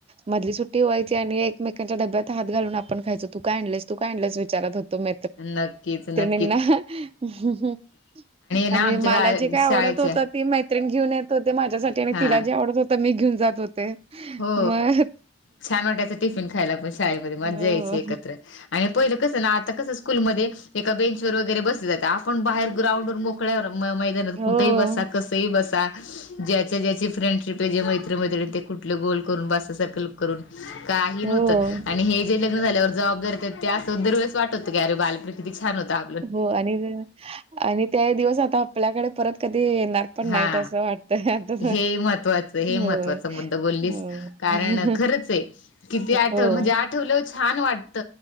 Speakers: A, on the right; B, on the left.
A: मधली सुट्टी व्हायची आणि एकमेकांच्या डब्यात हात घालून आपण खयच. तू का आणलेस तू काय, आणस विचारत होतो म
B: नक्कीच न
A: नाही हम्म हम. आणि
B: ना आमच्या
A: मला
B: गा
A: जे काय आवडत
B: शाळेच्या
A: होत ती मैत्रीरीण घेऊन येत होती. माझ्यासाठी आणि
B: हा
A: तिला जे आवत होत मी घेऊ जात होते.
B: हो
A: मग
B: छान वाट्याच टिफिन खायला पण शाळेमध्ये मजायची
A: हो
B: एकत्र आणि पहिलं कस ना आता कस स्कूल मध्ये एका बेंच वगैरे बसले जात. आपण बाहेर ग्राउंड मो कळे मैदानात
A: हो
B: कुठेही बसा कसई बसा ज्याच्या ज्याची फ्रेंडशिप आहे मैरी मैत्रिणी ते कुठले गोल करून बसा सरखल काही
A: हो
B: नव्हत आणि हे जे लग् झाल्यावर जबाबदारीेत ते असं दर वेळेस वाटतं की अे बालपन किती छान होता.
A: हो आणि आणि त्या दिवस आता आपल्याकडे परत कधी येणार पण
B: हा
A: नाहीत असं वाटतंय आता.
B: हे महत्त्वाचं, हे
A: होय,
B: महत्वाचा मुद्दा बोललीस.
A: हो,
B: कारण खरंच आहे‌, किती आठव
A: हो,
B: म्हणजे आठवलं छान वाटत.